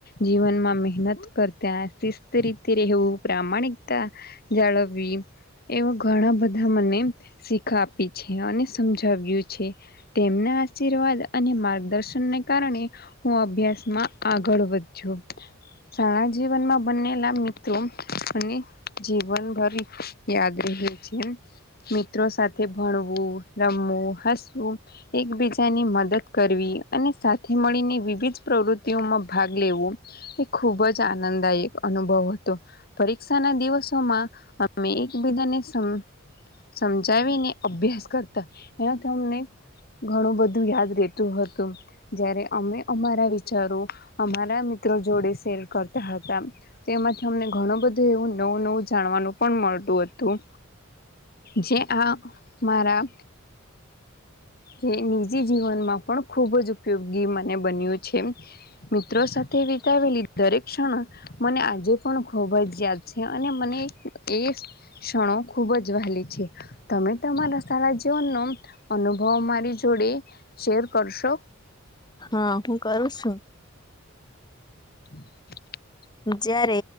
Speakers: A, on the left; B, on the left.
A: જીવનમાં મહેનત કરતાં શિસ્ત રીતે રહેવું પ્રમાણિકતા જાળવવી એવા ઘણા બધા મને શીખા આપી છે અને સમજાવ્યું છે. તેમના આશીર્વાદ અને માર્ગદર્શનને કારણે હું અભ્યાસમાં આગળ વધજો શાણા જીવનમાં બનેલા મિત્રો અને જીવનભરી યાદ રહે છે મિત્રો સાથે ભણવું રમવું હસવું એકબીજાની મદદ કરવી અને સાથે મળીને વિવિધ પ્રવૃત્તિઓમાં ભાગ લેવો એ ખૂબ જ આનંદદાયક અનુભવ હતો પરીક્ષા ના દિવસોમાં અમે એકબીજાને સમ સમજાવીને અભ્યાસ કરતા એમાં તમને ઘણું બધું યાદ રેતું હતું. જયારે અમે અમારા વિચારો અમારા મિત્રો જોડે શેર કરતા હતા તેમાંથી અમને ઘણું બધું એવું નવું નવું જાણવાનું પણ મળતું હતું જેે આ મારા જે નિજી જીવનમાં પણ ખૂબ જ ઉપયોગી મને બન્યું છે. મિત્રો સાથે વિતાવેલી દરેક ક્ષણ મને આજે પણ ખુબ જ યાદ છે, અને મને એ ક્ષણો ખુબ જ વાહલી છે. તમે તમારા સારા જીવનનો અનુભવ મારી જોડે શેર કરશો?
B: હા હું કરું છું.
A: <inaudible>
B: જ્યારે